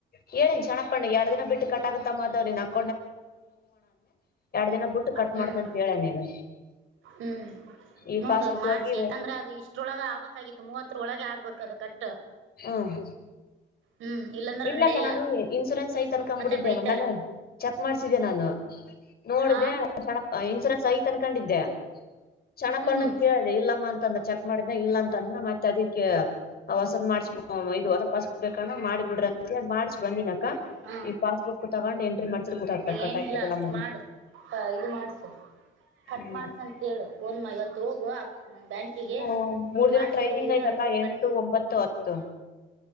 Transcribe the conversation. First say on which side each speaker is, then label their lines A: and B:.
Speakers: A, on the left; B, on the right.
A: ಹೇಳೇನ ಜನಪಣ್ಣು ಎರಡು ದಿನ ಬಿಟ್ಟು ಕಟ್ ಆಗುತ್ತ ಅಮ್ಮ ನಿನ್ನ ಅಕೌಂಟ್ಗೆ ದಿನ ಬಿಟ್ಟು ಕಟ್
B: ಹ್ಮ್
A: ಮಾಡ್ತನಂತ ಹೇಳೇನ್ ಈಗ
B: ಹ್ಮ್
A: ಈ
B: ನೋಡು
A: ಪಾಸ್ಬುಕ್
B: ಮಾರ್ಚ್
A: ಹೋಗಿ
B: ಯಾಕಂದ್ರ ಅದ ಇಷ್ಟರೋಳಗೆ ಆಗಬೇಕಾಗಿತ್ತು ಮೂವತ್ತರ ಒಳಗೆ ಆಗ್ಬಬೇಕ ಅದ ಕಟ್ಟ
A: ಹ್ಮ್
B: ಹ್ಮ್ ಇಲ್ಲಾಂದ್ರೆ
A: ಇಲ್ಲಕ್ಕ
B: ನಡೆಯಲ್ಲ
A: ನಾನು ಇನ್ಸೂರೆನ್ಸ್ ಐತ ಅನ್ಕೊಂಡ್ಬಿಟ್ಟಿದ
B: ಮತ್ತೆ ಬೈತಾರ
A: ನಾನ ಚೆಕ್ ಮಾಡಿಸಿದ್ದೆ ನಾನು ನೋಡ್ದ
B: ಆ
A: ಕ್ಣ ಇನ್ಸೂರೆನ್ಸ್ ಐತ ಅನ್ಕೊಂಡಿದ್ದೆ ಚೆನ್ನಪ್ಪ
B: ಹ್ಮ್
A: ಅಣ್ಣನ ಕೇಳ್ದ ಇಲ್ಲಮ್ಮ ಅಂತಂದ ಚೆಕ್ ಮಾಡಿದ ಇಲ್ಲ ಅಂತಂದ ಮತ್ತೆ ಅದಿಕ್ಕೆ ಹೊಸದ್ ಮಾಡ್ಸಬ ಇ ಹೊಸದ ಮಾಡಸ ಹೊಸ ಪಾಸ್ ಬುಕ್ ಬೇಕ ಅಂದ ಮಾಡ ಬಿಡ್ರಿ ಮಾಡ್ಸಿ ಬಂದಿನಿಕ್ಕ
B: ಹಾ
A: ಈ ಪಾಸ್ಬುಕ್ ತಗೊಂಡು ಎಂಟ್ರಿ ಮಾಡ್ಸ್ರ ಗೊತ್ತಾಗ್ತೈತಿ ಕಟ್
B: ಏನಿಲ್ಲ
A: ಆಗ್ತೈತಿ ಇಲ್ಲ
B: ಅಷ್ಟು
A: ಅಂತ
B: ಮಾಡು ಇದು ಮಾಡ್ಸು ಕಟ್
A: ಹ್ಮ್
B: ಮಾಡ್ಸ ಅಂತೇಳು ಫೋನ್ ಮ ಇವತ್ತು ಹೋಗು ಬ್ಯಾಂಕಿಗೆ
A: ಹ್ಮ ಮೂರ್
B: ಹಿಂಗೆ
A: ದಿನ
B: ಮಾಡ್ಸಾಗಿದ್ದೀವ್ರಿ
A: ಟ್ರೈನಿಂಗ್ ಐತಿ
B: ಅದನ್ನ
A: ಅಕ್ಕ
B: ಸ್ವಲ್ಪ
A: ಎಂಟು
B: ಕಟ್
A: ಒಂಬತ್ತು ಹತ್ತು